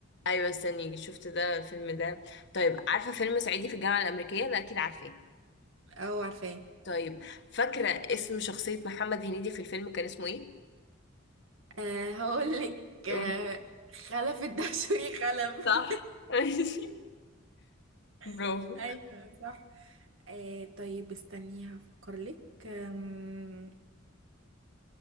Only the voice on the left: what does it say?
ايوه استني شفت ده الفيلم ده طيب عارفه فيلم صعيدي في الجامعه الامريكيه ده اكيد عارفاه
طيب فاكره اسم شخصيه محمد هنيدي في الفيلم كان اسمه ايه
قولي.
صح <laughs> ماشي برافو